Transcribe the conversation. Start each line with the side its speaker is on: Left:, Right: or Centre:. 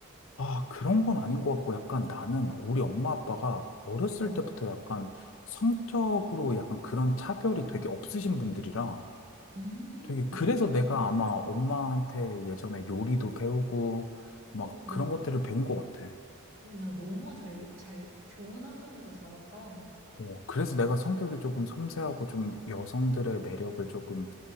Left: 아, 그런 건 아닌 것 같고 약간 나는 우리 엄마 아빠가 어렸을
Right: 어.
Left: 때부터 약간 성적으로 약간 그런 차별이 되게 없으신 분들이라
Right: 음.
Left: 되게 그래서 내가 아마 엄마한테 예전에 요리도 배우고 막
Right: 오,
Left: 그런
Right: 너무
Left: 것들을
Right: 좋,
Left: 배운 것 같아.
Right: 오, 야, 너무 잘, 잘, 좋은 환경에서 자랐다.
Left: 어, 그래서 내가 성격이 조금 섬세하고 좀 여성들의 매력을 조금